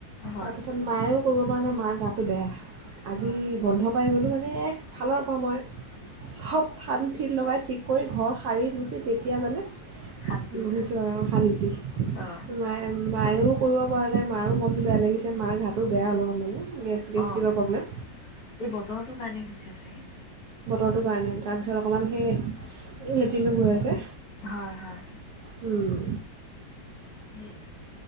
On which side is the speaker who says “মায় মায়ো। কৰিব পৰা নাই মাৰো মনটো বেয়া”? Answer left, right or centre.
Right